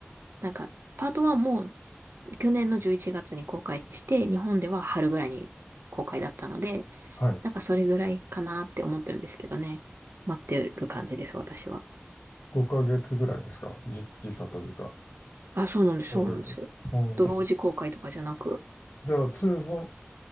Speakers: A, on the right; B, on the left.
A: なんか、パート1も去年の11月に公開して、日本では春ぐらいに公開だったので、
B: はい。
A: なんかそれぐらいかなって思ってるんですけどね。待ってる感じです、私は。
B: 5ヶ月ぐらいですか。じ、時差というか。
A: あ、そうなんです、
B: 5ヶ月。
A: そうなんですよ。
B: うん。
A: 同時公開とかじゃなく、
B: じゃあ、2も